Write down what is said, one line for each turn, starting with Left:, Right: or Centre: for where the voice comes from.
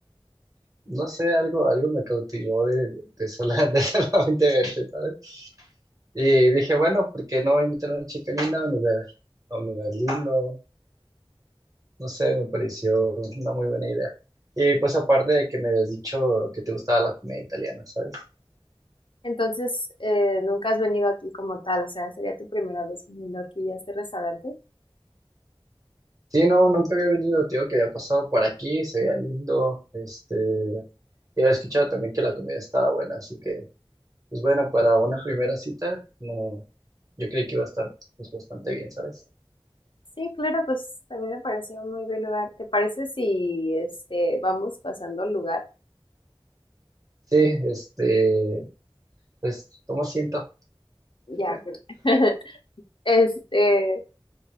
Right: no sé, algo, algo me cautivó de, de, sola- <laughs> de solamente verte, ¿sabes? Y dije, bueno, ¿por qué no invitar a una chica linda a un lugar, a un lugar lindo? No sé, me pareció una muy buena idea. Y pues aparte de que me habías dicho que te gustaba la comida italiana, ¿sabes?
Left: Entonces, eh, ¿nunca has venido aquí como tal? O sea, ¿sería tu primera vez viniendo aquí a este restaurante?
Right: Sí, no, nunca había venido, tío, que había pasado por aquí, se veía lindo, este, y había escuchado también que la comida estaba buena, así que, pues bueno, para una primera cita, no, yo creí que iba a estar pues bastante bien, ¿sabes?
Left: Sí, claro, pues también me parece un muy buen lugar. ¿Te parece si este vamos pasando al lugar?
Right: Sí, este, pues toma asiento.
Left: Ya. Perfecto. <laughs> Este,